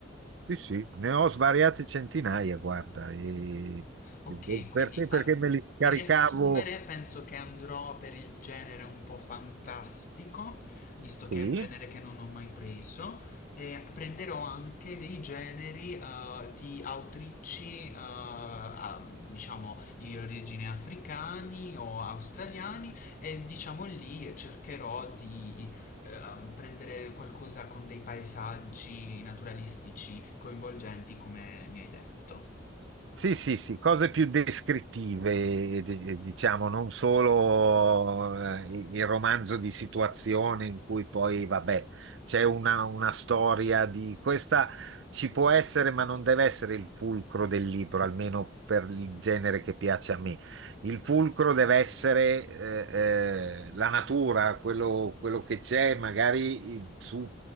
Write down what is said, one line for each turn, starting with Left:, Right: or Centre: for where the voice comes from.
Right: Sì, sì, ne ho svariate centinaia, guarda. e-
Left: Ok, quindi
Right: Perché? Perché
Left: ab-
Right: me li scaricavo.
Left: per riassumere, penso che andrò per il genere un po' fantastico, visto che
Right: Sì.
Left: è un genere che non ho mai preso, e prenderò anche dei generi eh, di autrici, eh, ah, diciamo, di origine africani o australiani, e diciamo lì cercherò di ehm, prendere qualcosa con dei paesaggi naturalistici coinvolgenti, come mi hai detto.
Right: Sì, sì, sì, cose più descrittive, eh, di- eh, diciamo, non solo eh, il romanzo di situazione in cui poi, vabbè, c'è una, una storia di questa ci può essere, ma non deve essere il fulcro del libro, almeno per il genere che piace a me. Il fulcro deve essere eh, eh, la natura, quello, quello che c'è, magari i- su